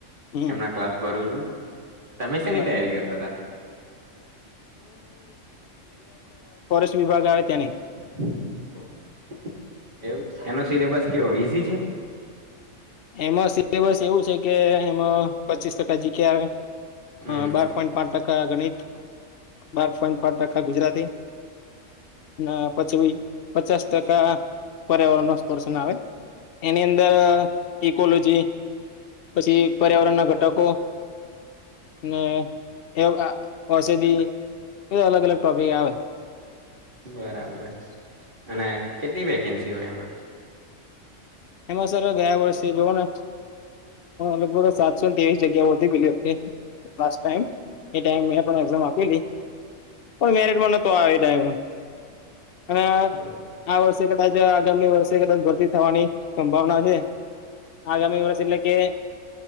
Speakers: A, on the left; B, on the right.
A: હમ
B: એમના ક્લાસ ભરું છું. તમે શે ની
A: બરાબર
B: તૈયારી કરતા હતા?
A: જે વિભાગ આવે તેની.
B: <unintelligible> એવું એનો સિલેબસ કેવો ઈઝી છે? <unintelligible>
A: એમાં સિલેબસ એવું છે કે, એમાં પચીસ ટકા જીગ્યા
B: હમ
A: આવે, બાર પોઈન્ટ પાંચ ટકા ગણિત બાર પોઈન્ટ પાચ ટકા ગુજરાતી ના પછી પચાસ ટકા પર્યાવરણ ન સ્પર્શન આવે એની અંદર ઇકોલોજી. પછી પર્યાવરણ ના ઘટકો ને <unintelligible> ઔષધિ અલગ અલગ ટોપિક આવે.
B: બરાબર અને કેટલી વેકેન્સી હોય આમા?
A: એમાં સર ગયા વર્ષે જોઓ ને લગભગ સાતસો ને ત્રેવીસ જગ્યાઓ હતી પેલી લાસ્ટ ટાઈમ. એ ટાઈમ પણ મેં પણ એક્ઝામ આપ <unintelligible> પણ મેરે <unintelligible> આવે એ ટાઈમ. અને
B: એમાં
A: આ વર્ષે કદાચ આગામી વર્ષે કદાચ ભરતી થવાની. સંભાવના છે. આગામી વર્ષ એટલે કે